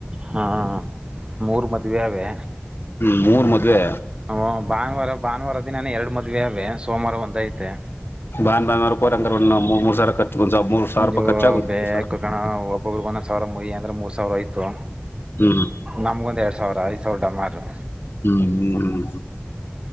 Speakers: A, on the right; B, on the left.
A: ಹ್ಮ ಮೂರ್ ಮದ್ುವವೆ ಅವೆ
B: ಹ್ಮ್ ಮೂರ್ ಮದ್ ವವೆ
A: ಹ ಭಾನುವಾರ ಭಾನುವಾರ ದಿನಾನ ಎರಡು ಮದುವೆ ಅವೆ ಸೋಮವಾರ ಒಂದ ಐತೆ
B: ಬಾ ಬ ರೂಪಿ ಅಂಗರ್ ಒ ಮೂರು ಸಾವರಖರ್ುಂದ ಮೂ ಸಿರ
A: ಇದು
B: ರೂಾಯಿಖರ್ಚಾಗುತ್ತೆ
A: ಬೇಕು
B: ಮೂರ್ ಸಾವರ
A: ಕಣ ಒಬೊಬ್ರಗ ಒಂದೊಂದು ಸಾವಿರ ಅಂದರೆೆ ಮೂರು ಸಾವಿರ ಆಯಿತು
B: ಹ್ಮ್ ಹ್ಮ
A: ನಮ್ಗೊಂದ್ ಎರಡ್ ಸಾವಿರ ಐದು ಸಾವಿರ ಡಮಾರ
B: ಹ್ಮ್ ಹ್ಮ್